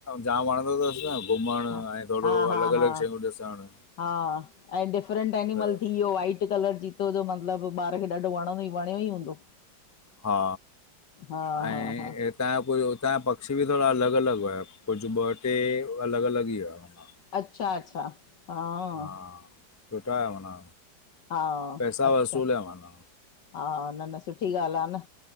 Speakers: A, on the left (about 25°); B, on the left (about 65°).
A: जाम वणंदो अथसि न घुमणु,
B: हा
A: ऐं थोरो
B: हा हा
A: अलॻि-
B: हा
A: अलॻि शयूं ॾिसणु।
B: हा ऐं डिफरेंट एनिमल
A: त
B: थी वियो वाइट। वट कलर चीतो जो मतलबु ॿार खे ॾाढो वणंदो ई वणियो ई हूंदो।
A: हा,
B: हा
A: ऐं
B: हा हा
A: तत्हांजा कु उतां जा पक्षी बि थोरा अलॻि अलॻि हुया कुझु ॿ टे अलॻि अलॻि ई हुआ।
B: अच्छा- अचछा, हां।
A: हा सुठा माना
B: हा
A: पैसा
B: अच्छा
A: वसूल आहे माना।
B: हा न- न, सुठी ॻाल्ह आ न,